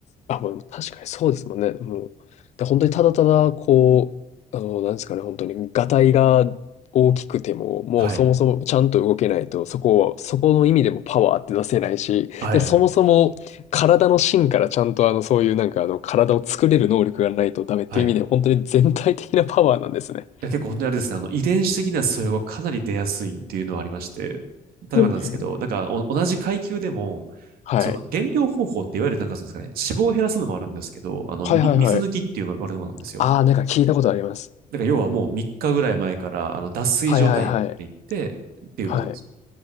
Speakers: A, on the left; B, on the right.
A: あ、まあ、確かにそうですもんね。もう、で、本当にただただ、こう、あの、なんですかね、本当に、がたいが大きくても、もうそもそもちゃんと動けないと、
B: はい。
A: そこはそこの意味でもパワーって出せないし、
B: はい、
A: で、そもそも体の芯からちゃんと、
B: はい、
A: あの、そういうなんか、あの、体を作れる能力がないとダメっていう意味で、
B: はい。い
A: 本当に全体的なパワーなんですね。
B: や、結構本当にあれですね、あの、遺伝子的な素養がかなり出やすいっていうのはありまして、例えばなんですけど、
A: へえ。
B: なんかお同じ階級でも、
A: はい。
B: その減量方法っていわゆるなんかそうですかね、脂肪を減らすのもあるんですけど、あの、
A: はいはいはい。
B: み水抜きっていう悪いものなんですよ。
A: ああ、なんか聞いたことあります。
B: だから要はもう3日ぐらい前から、あの、脱水状態に持っていってっていうことなんですよ。
A: はいはいはい。はい。